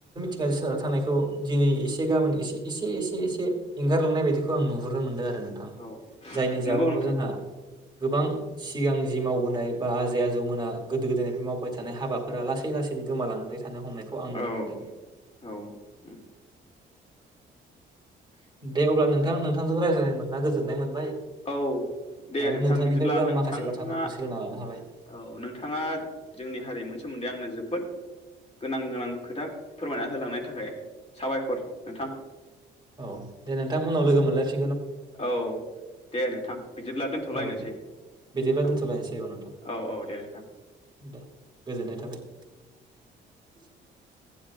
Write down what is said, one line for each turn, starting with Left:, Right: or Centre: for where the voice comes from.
Right: गोसो जानानै थानायखौ दिनै एसे, गाबोन एसे, एसे एसे एसे एंगारलांनाय बायदिखौ आं नुनो मोनदों आरो नोंथां
Left: औ
Right: जायनि जाउनाव
Left: नंगौ नोंथां
Right: जोंहा
Left: नंगौ
Right: गोबां सिगां जि मावबोनाय बा आजै आजौमोना गोदो गोदायनिफ्राय मावबाय थानाय हाबाफोरा लासै लासैनो गोमालांबाय थानो हमनायखौ आं नुनो
Left: औ
Right: मोनदों।
Left: औ उम
Right: दे अब्ला नोंथां नोंथांजों रायज्लाय ना गोजोननाय मोनबाय
Left: औ दे
Right: आरो
Left: नोंथां
Right: नोंथांनिफ्रायबो
Left: बिदिब्ला
Right: आं
Left: नोंथाङा,
Right: माखासे बाथ्राफोरखौ सोलोंना लानो हाबाय
Left: औ, नोंथाङा जोंनि हारिमुनि सोमोन्दै आंनो जोबोद गोनां गोनां खोथा फोरमायना होलांनायनि थाखाय साबायखर नोंथां।
Right: औ, दे नोंथां उनाव लोगो मोनलायफिन
Left: औ दे नोंथां बिदिब्ला दोनथलायनोसै।
Right: औ दे बिदिब्ला
Left: औ
Right: दोनथ'लायनोसै नोंथां
Left: औ औ दे नोंथां।
Right: दे <inaudible>